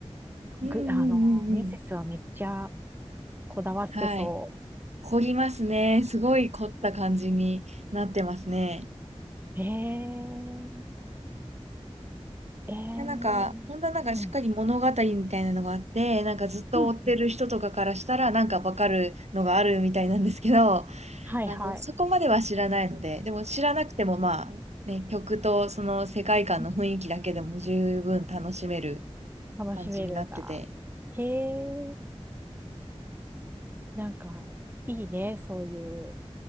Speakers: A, on the right (about 80°); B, on the right (about 20°).
A: うんうんうんうん。
B: ぐ、あの、ミセスはめっちゃこだわってそ
A: はい。凝りますね。すごい凝った感じになってますね。
B: う。えー、えー、
A: でなんか、本当はなんかしっかり物語みたいなのがあって、
B: うん、
A: なんかずっと追ってる人とかからしたらなんかわかるのがあるみたいなんですけど、
B: うん。うんはいはい。
A: あの、そこまでは知らないので、でも知らなくてもまあ、ね、曲とその世界観の雰囲気だけでも十分楽しめる
B: うん楽しめるんだ。
A: 感じになってて。
B: へえ、なんか、いいね、そういう